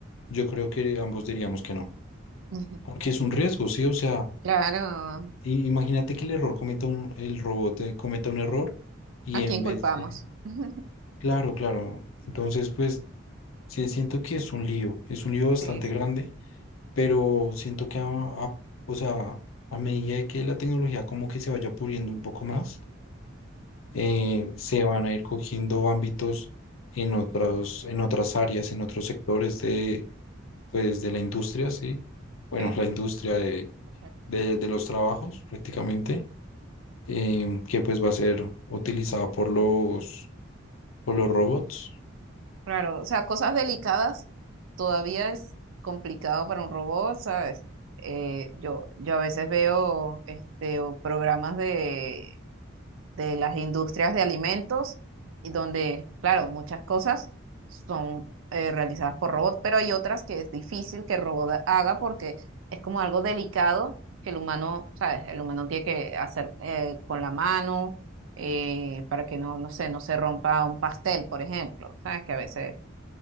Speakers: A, on the left; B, on the right.
A: yo creo que ambos diríamos que no,
B: Ujú.
A: porque es un riesgo, ¿sí? O sea,
B: Claro,
A: i- imagínate que el error cometa un, el robot eh, cometa un error y
B: ¿a
A: en
B: quién
A: vez
B: culpamos?
A: de,
B: <laughs>
A: claro, claro, entonces pues sí siento que es un lío, es un lío bastante
B: Sí,
A: grande, pero siento que, a- a- o sea, a medida que la tecnología como que se vaya puliendo un poco más, eh, se van a ir cogiendo ámbitos en otros, en otras áreas, en otros sectores de, pues, de la industria, ¿sí? Bueno,
B: sí,
A: la industria de,
B: sí.
A: de- de los trabajos prácticamente, em, que pues va a ser utilizada por los, por los robots.
B: Claro, o sea, cosas delicadas todavía es complicado para un robot, ¿sabes? Eh, yo, yo a veces veo este, o programas de de las industrias de alimentos, y donde, claro, muchas cosas son eh, realizadas por robots, pero hay otras que es difícil que el robot haga porque es como algo delicado que el humano, ¿sabes? El humano tiene que hacer eh, con la mano eh, para que no, no sé, no se rompa un pastel, por ejemplo, ¿sabes? Que a veces